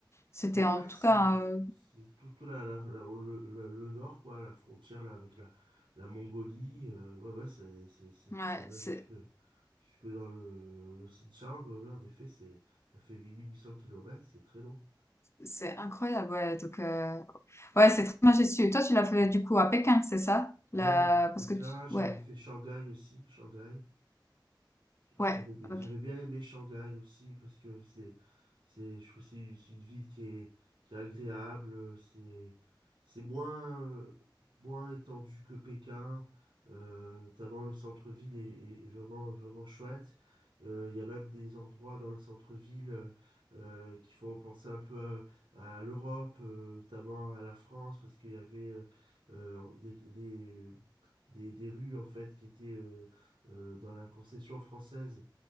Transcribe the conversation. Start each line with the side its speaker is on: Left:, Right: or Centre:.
Left: c'était
Right: Ouais,
Left: en
Right: ouais,
Left: tout
Right: c'est
Left: cas, euh,
Right: c'est tout, tout la, la- la- le, le- le nord, quoi, la frontière là, avec la, la Mongolie. euh, ouais, ouais, c'est, c'est, c'est-
Left: ouais,
Right: ça va jusque, jusque dans le, le Xinjiang. Ouais, ouais, en effet, c'est, elle fait 8800 kilomètres c'est très long.
Left: C'est incroyable, ouais, donc heu, ouais, c'est très majestueux. Toi, tu l'as fait, du coup, à Pékin, c'est ça?
Right: Ouais,
Left: La
Right: Pékin,
Left: parce que tu
Right: j'avais
Left: ouais,
Right: fait Shanghai aussi, Shanghai. J'avais,
Left: ouais, OK.
Right: j'avais bien aimé Shanghai aussi parce que c'est, c'est, je trouve que c'est c'est une ville qui est, qui est agréable, c'est, c'est moins, euh, moins étendu que Pékin, euh, notamment le centre-ville est, est- est vraiment, vraiment chouette. Euh, Il y a même des endroits dans le centre-ville euh, qui font penser un peu à, à l'Europe, euh, notamment à la France, parce qu'il y avait euh, euh, des, des, des, des rues en fait qui étaient euh, euh, dans la concession française